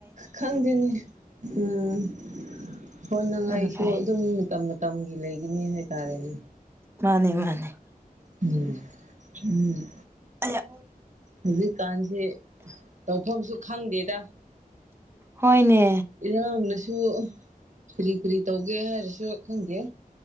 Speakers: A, on the right; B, on the right.
A: ꯈꯪꯗꯦꯅꯦ ꯎꯝ ꯍꯣꯟꯅꯉꯥꯏꯁꯨ
B: ꯑꯗꯨꯅ ꯐꯩ
A: ꯑꯗꯨꯝ ꯇꯝ ꯃꯇꯝꯒꯤ ꯂꯩꯒꯅꯤ ꯍꯥꯏꯇꯥꯔꯦꯅꯦ
B: ꯃꯥꯅꯦ ꯃꯥꯅꯦ
A: ꯎꯝ ꯎꯝ
B: ꯑꯩꯌꯥ
A: ꯍꯧꯖꯤꯛꯀꯥꯟꯁ‌ꯦ ꯇꯧꯐꯝꯁꯨ ꯈꯪꯗꯦꯗ
B: ꯍꯣꯢꯅꯦ
A: ꯏꯔꯥꯡꯅꯁꯨ ꯀꯔꯤ ꯀꯔꯤ ꯇꯧꯒꯦꯔ ꯍꯥꯏꯔꯁꯨ ꯈꯪꯗ‌ꯦ